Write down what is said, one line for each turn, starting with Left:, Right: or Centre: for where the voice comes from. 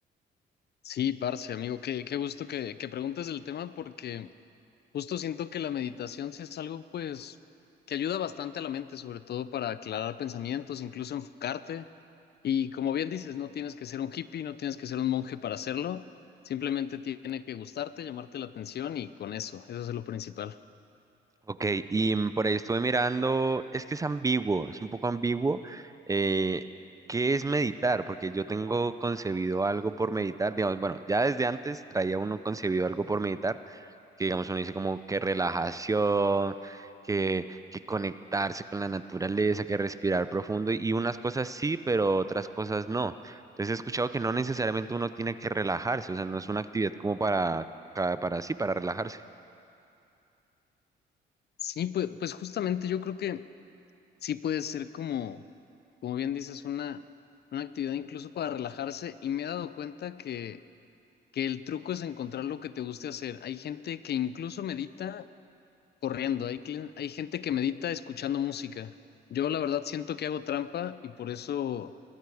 Left: Sí, parce, amigo, qué, qué gusto que, que preguntes el tema porque justo siento que la meditación sí es algo pues que ayuda bastante a la mente, sobre todo para aclarar pensamientos, incluso enfocarte. Y como bien dices, no tienes que ser un hippie, no tienes que ser un monje para hacerlo, simplemente tiene que gustarte, llamarte la atención y con eso, eso es lo principal.
Right: Ok, y mm, por ahí estuve mirando, es que es ambiguo, es un poco ambiguo. eh, ¿qué es meditar? Porque yo tengo concebido algo por meditar, digamos, bueno, ya desde antes traía uno concebido algo por meditar, que digamos uno dice como que relajación, que, que conectarse con la naturaleza, que respirar profundo, y unas cosas sí, pero otras cosas no. Entonces he escuchado que no necesariamente uno tiene que relajarse, o sea, no es una actividad como para, para, para sí, para relajarse.
Left: Sí, pues, pues justamente yo creo que sí puede ser como, como bien dices, una, una actividad incluso para relajarse y me he dado cuenta que que el truco es encontrar lo que te guste hacer. Hay gente que incluso medita corriendo, hay, clen- hay gente que medita escuchando música. Yo la verdad siento que hago trampa y por eso